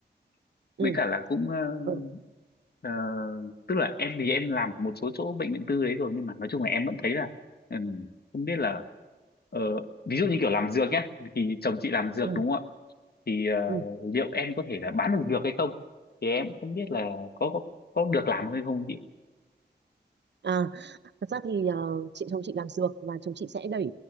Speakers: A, on the right; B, on the left.
A: ừ
B: với cả là cũng ờ,
A: ừ
B: Ờ, tức là em thì em làm một số chỗ bệnh viện tư đấy rồi nhưng mà nói chung là em vẫn thấy là ừ, không biết là ờ, ví dụ như kiểu làm dược nhá thì chồng chị làm dược
A: ừ
B: đúng không ạ thì ờ,
A: ừ
B: liệu em có thể là bán được dược hay không thì em cũng không biết là có có có được làm hay không chị
A: À, thật ra thì ờ, chị chồng chị làm dược và chồng chị sẽ đẩy